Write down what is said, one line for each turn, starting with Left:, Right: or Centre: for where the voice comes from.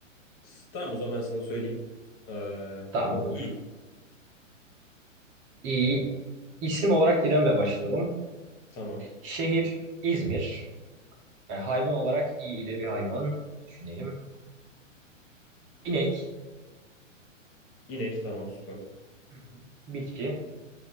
Left: S- Tamam o zaman ben sana söyleyeyim. Ee,
Right: Tamam olur.
Left: İ.
Right: İyi. İsim olarak İrem'le başlıyorum.
Left: Tamam.
Right: Şehir İzmir. E, hayvan olarak i ile bir hayvan düşünelim. İnek.
Left: İnek. Tamam süper.
Right: Hı hı. Bitki.